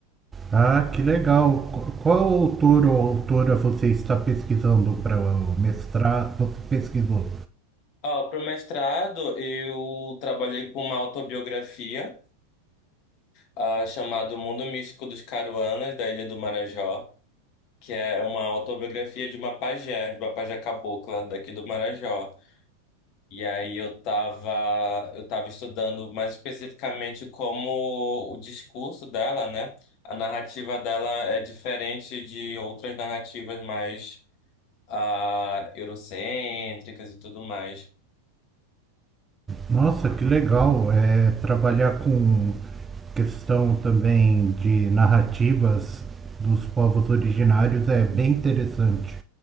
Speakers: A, on the right (about 15°); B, on the left (about 45°).
A: Ah, que legal. Qu- Qual autor ou autora você está pesquisando para o mestrado? Você pesquisou?
B: Ó, pro mestrado eu trabalhei com uma autobiografia. ah, chamado O Mundo Místico dos Caruanas, da Ilha do Marajó, que é uma autobiografia de uma pajé, de uma pajé cabocla daqui do Marajó. E aí eu tava, eu tava estudando mais especificamente como o discurso dela, né? A narrativa dela é diferente de outras narrativas mais ah, eurocêntricas e tudo mais.
A: Nossa, que legal. É, trabalhar com questão também de narrativas dos povos originários é bem interessante.